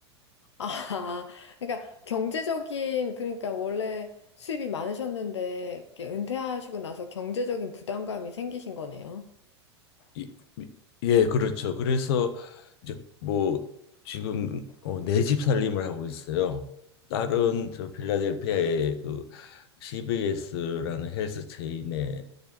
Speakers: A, on the left; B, on the left.
A: 아, 그러니까 경제적인, 그러니까 원래 수입이 많으셨는데, 이렇게 은퇴하시고 나서 경제적인 부담감이 생기신 거네요.
B: 이, 예, 그렇죠. 그래서 이제 뭐 지금 어, 내집 살림을 하고 있어요. 딸은 저 필라델피아의 그 CBS라는 헬스 체인에